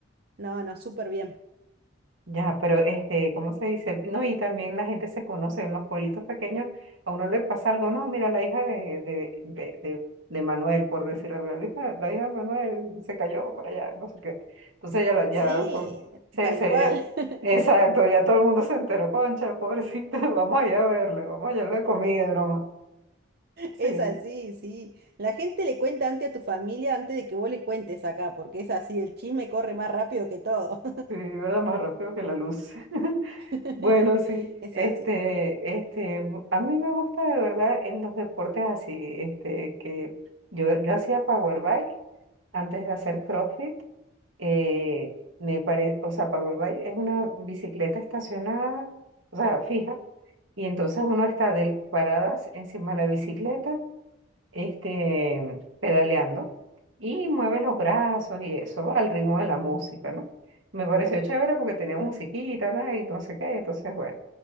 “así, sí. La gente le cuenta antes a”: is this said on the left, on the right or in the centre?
Right